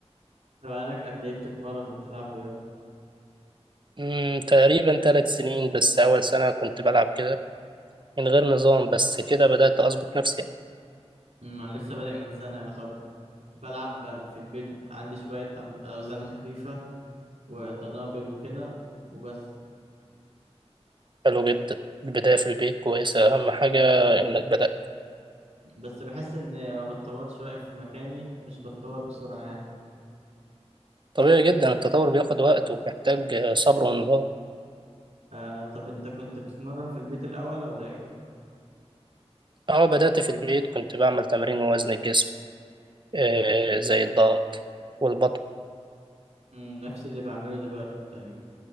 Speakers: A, on the right; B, on the right.
A: طب بقالك قد إيه بتتمرن وبتلعب رياضة؟
B: مم، تقريبا ثلاث سنين بس اول سنة كنت بلعب كده من غير نظام بس كده بدأت اظبط نفسي
A: أمم، أنا لسه بادئ من سنة يعتبر بلعب في البيت عندي شوية أم- أوزان خفيفة ودنابل وكده وبس
B: حلو جدا البداية في البيت كويسة اهم حاجة انك بدأت
A: بس بحس إني ما بتطورش واقف في مكاني مش بتطور بسرعة يعني
B: طبيعي جدا التطور بياخد وقت وبيحتاج صبر ونظام
A: آه طب انت كنت بتتمرن في البيت الاول ولا ايه
B: اه بدأت في البيت كنت بعمل تمرين وزن الجسم آه، زي الضغط والبطن
A: مم، نفس اللي بعمله دلوقتي تقريبا